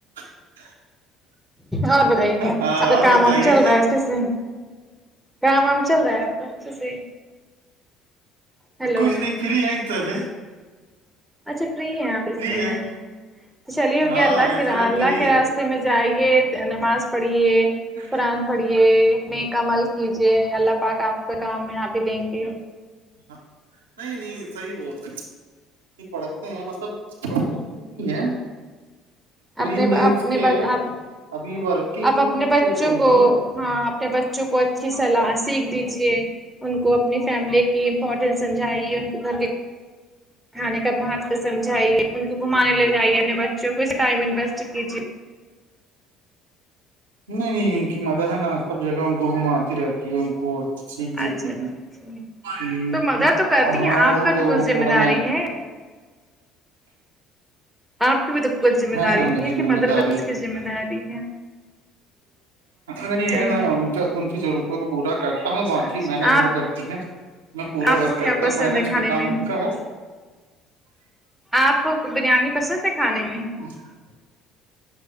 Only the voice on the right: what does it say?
<inaudible>
ہاں اور
بتائیے
کچھ نہیں فری آئی تو اب
ہے
ہاں
اس
سمے
فری
ہے
<unintelligible>
ہاں نہیں نہیں صحی بول رہہے ہیں پڑھتے ہیں مطلبس نہیں ہے فری
مینس
کے
ابھی ورکنگ
سے فری
ہوں
نہیں نہیں ان کی مدر ہے نا سب جگہ ان کو گھماتی رہتی کہ ان کو ا سیکھ دیتی
ہیں
ہ
ہاں
وہ
کیا
وہ
پورا
م
نا میری
ذمہ
داری
نہیں
ہے نا ان ان کی ضرورت پورا کرتا ہوں باقی
محنج وہ کرتی ہیں میں
پورا
وقت
کرتا
ہوں میںین ایج
کا کام
ان کا ہے
<inaudible>